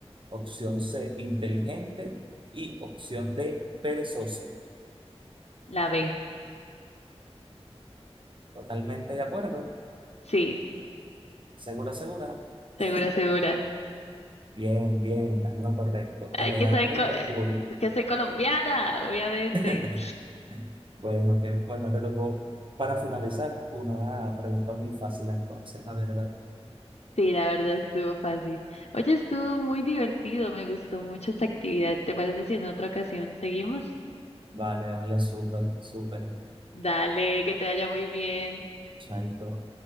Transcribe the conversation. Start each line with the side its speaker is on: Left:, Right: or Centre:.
Right: opción C, inteligente y opción D, perezoso.
Left: la B.
Right: Totalmente de acuerdo.
Left: Sí,
Right: Segura, segura.
Left: segura,
Right: <laughs>
Left: segura.
Right: Bien, bien, estás en lo correcto.
Left: Ay,
Right: Elegante
Left: que soy, co- eh,
Right: o cool.
Left: que soy colombiana, obviamente.
Right: <laughs> Bueno, que bueno, te tocó para finalizar una pregunta muy fácil entonces, la verdad.
Left: Sí, la verdad estuvo fácil. Oye, estuvo muy divertido, me gustó mucho esta actividad. ¿Te parece si en otra ocasión seguimos?
Right: Vale, vale, súper, súper.
Left: Dale, que te vaya muy bien.
Right: Chaito.